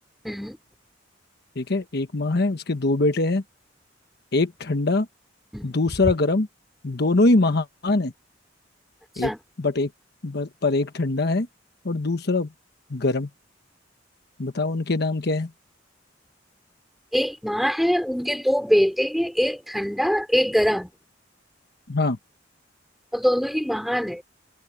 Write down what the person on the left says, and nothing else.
ठीक है एक माँ है उसके दो बेटे हैं एक ठंडा
दूसरा गर्म दोनों ही महान है
एक बट एक बट, पर एक ठंडा है और दूसरा गर्म बताओ उनके नाम क्या है
हाँ